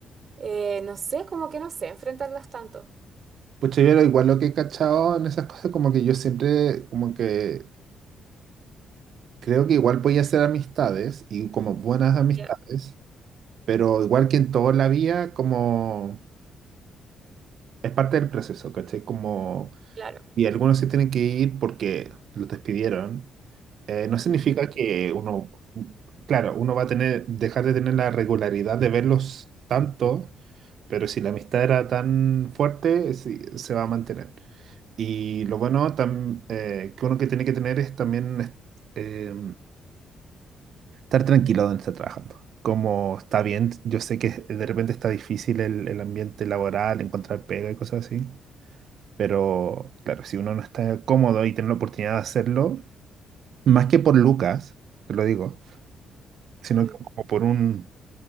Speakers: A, on the right (about 40°); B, on the right (about 55°).
A: eh, no sé, como que no sé enfrentarlas tanto.
B: Pues yo era igual lo que he cachado en esas cosas, como que yo siempre, como que creo que igual podía hacer amistades y como buenas amistades,
A: Ya,
B: pero igual que en toda la vida, como es parte del proceso, ¿cachai? Como,
A: claro.
B: y algunos se tienen que ir porque los despidieron Eh, no significa
A: Ujú,
B: que uno, claro, uno va a tener, dejar de tener la regularidad de verlos tanto, pero si la amistad era tan fuerte, sí, se va a mantener. Y lo bueno tam- eh, que uno que tiene que tener es también es- eh, estar tranquilo donde está trabajando. Como está bien, yo sé que de repente está difícil el, el ambiente laboral, encontrar pega y cosas así, pero claro, si uno no está cómodo y tiene la oportunidad de hacerlo, más que por Lucas, te lo digo sino
A: ujú,
B: que como por un